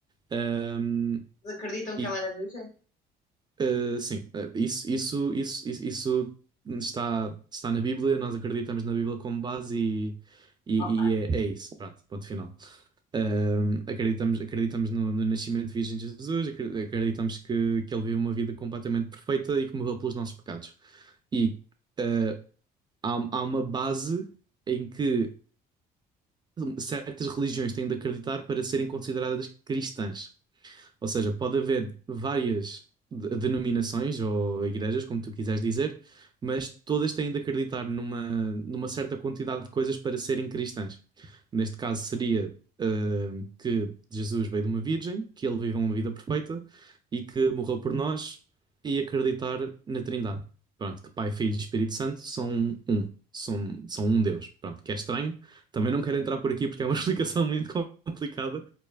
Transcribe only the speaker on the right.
um,
e
Uh, sim, uh, isso, isso, isso, isso, isso está, está na Bíblia, nós acreditamos na Bíblia como base e, e,
e é, é isso, pronto, ponto final. Uh, acreditamos, acreditamos no, no nascimento virgem de Jesus, acre- acreditamos que, que ele viveu uma vida completamente perfeita e que morreu pelos nossos pecados. E uh, há, há uma base em que certas religiões têm de acreditar para serem consideradas cristãs. Ou seja, pode haver várias de- denominações ou igrejas, como tu quiseres dizer, mas todas têm de acreditar numa, numa certa quantidade de coisas para serem cristãs. Neste caso, seria, ah, que Jesus veio de uma virgem, que ele viveu uma vida perfeita e que morreu por nós e acreditar na Trindade. Pronto, que Pai, Filho e Espírito Santo são um. São, são um Deus. Pronto, que é estranho. Também não quero entrar por aqui porque é uma <laughs> explicação muito complicada.